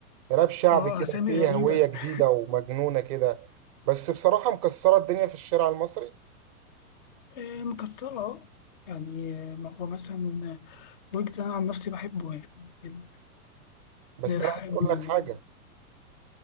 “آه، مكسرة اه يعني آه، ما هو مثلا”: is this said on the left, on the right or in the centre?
Left